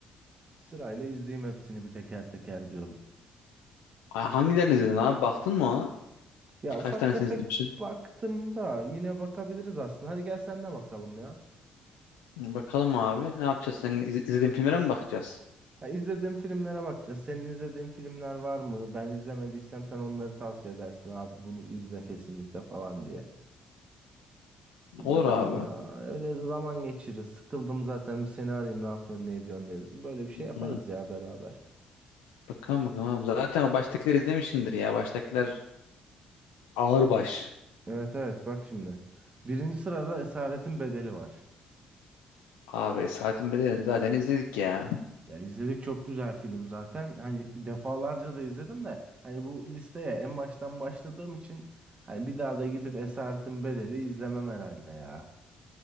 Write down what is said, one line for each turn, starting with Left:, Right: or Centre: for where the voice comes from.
Right: Sırayla izleyeyim hepsini bir teker teker diyorum.
Left: A- Hangilerini izledin abi? Baktın mı ona?
Right: Ya ufak
Left: Kaç tanesini
Right: tefek
Left: izlemişsin?
Right: baktım da yine bakabiliriz aslında hadi gel sen de bakalım ya.
Left: Bakalım abi ne yapacağız? Senin iz- izlediğin filmlere mi bakacağız?
Right: Ha, izlediğim filmlere bakacağız. Senin izlediğin filmler var mı? Ben izlemediysem sen onları tavsiye edersin abi bunu izle kesinlikle falan diye. Bir
Left: Olur
Right: bakalım
Left: abi.
Right: ya. Öyle zaman geçiririz. Sıkıldım zaten bir seni arayayım ne yapıyorsun ne ediyorsun diye dedim. Böyle bir şey
Left: Hı.
Right: yaparız ya beraber.
Left: Bakalım bakalım abi. Zaten o baştakileri izlemişsindir ya. Baştakiler ağır baş.
Right: Evet evet bak şimdi. Birinci sırada Esaretin Bedeli var.
Left: Abi
Right: Evet.
Left: Saatin Bedeli'ni zaten izledik ya.
Right: Ya izledik çok güzel film zaten. Hani defalarca da izledim de hani bu listeye en baştan başladığım için hani bir daha da gidip Esaretin Bedeli izlemem herhalde ya.